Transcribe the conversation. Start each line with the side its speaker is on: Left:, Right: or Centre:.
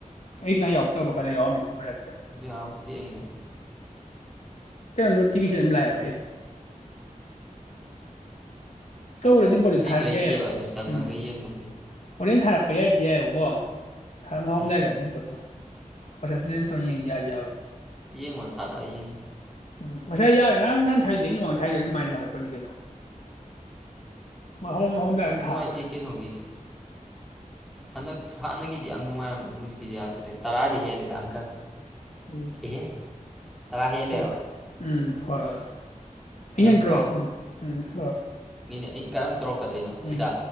Left: ꯑꯩ ꯏꯁꯅꯥ ꯌꯥꯎꯔꯛꯇꯕ ꯈꯔꯗ ꯌꯥꯎꯔꯝꯃꯦ ꯃꯔꯛꯇ
Centre: ꯌꯥꯥꯎ ꯀ ꯃ
Left: ꯑꯩꯅ ꯅꯣꯇꯤꯐꯁꯟ ꯂꯥꯛ ꯇꯧꯨꯔꯗꯤ ꯕꯣꯜꯗꯨ
Centre: ꯂꯤꯡ
Left: ꯊꯥꯔꯛ
Centre: ꯂꯩꯇꯦꯕ
Left: ꯌꯥꯏꯑꯕ
Centre: ꯑꯗꯨ ꯆꯪꯉꯒ
Left: ꯎꯝ
Centre: ꯌꯦꯡꯕꯒꯤ
Left: ꯍꯣꯔꯦꯟ ꯊꯥꯔꯛ ꯄ ꯌꯥꯏꯗꯤ ꯌꯥꯏꯑꯕꯀꯣ ꯊꯥꯏꯅ ꯍꯐꯝꯗꯏꯔꯄꯠꯇꯣ
Centre: ꯎꯝ
Left: ꯄ ꯑꯗꯨ ꯑ ꯌꯥ
Centre: ꯌꯦꯡꯉꯣ ꯊꯥꯔ ꯌꯦꯡ
Left: ꯎꯝ ꯉꯁꯥꯏ ꯌꯥꯔꯦ ꯉꯔ ꯅꯍꯥꯟ ꯊꯥꯏꯗꯦ ꯃꯃꯥꯡꯗ ꯊꯥꯏꯗꯣꯏ ꯑꯗꯨꯃꯥꯏꯅ ꯂꯥꯛꯇꯣꯏꯅꯤ ꯀꯩꯅꯣ ꯃꯍꯣꯡ ꯃꯣꯡꯝꯗꯥꯏꯝ
Centre: ꯌꯥꯝ ꯅꯨꯡꯉꯥꯏꯇꯦ
Left: ꯊꯥꯈꯣꯏ
Centre: ꯀꯩꯅꯣꯒꯤꯁꯦ ꯍꯟꯗꯛ ꯍꯥꯟꯅꯒꯤꯗꯤ ꯌꯥꯝ ꯅꯨꯡꯉꯥꯏꯔꯝꯃꯦ ꯑ ꯑꯗꯨ ꯍꯧꯖꯤꯛꯀꯤꯗꯤ ꯌꯥꯗ꯭ꯔꯦ ꯇꯔꯥꯗꯤ ꯍꯦꯜꯂꯦꯗ ꯑꯪꯀꯜ
Left: ꯎꯝ
Centre: ꯑꯦꯍꯦ ꯇꯔꯥ ꯍꯦꯜꯂꯦꯕ
Left: ꯍ ꯎꯝ ꯍꯣꯏ ꯍꯣꯏ
Centre: ꯑꯩ
Left: ꯑꯩꯟꯗ꯭ꯔꯣ
Centre: ꯑꯃꯨꯛ
Left: ꯎꯝ ꯎꯝ ꯍꯣꯏ
Centre: ꯏꯪ ꯀꯔꯝ ꯇ꯭ꯔꯣ ꯀꯗꯩꯅꯣ
Left: ꯎꯝ
Centre: ꯁꯤꯗ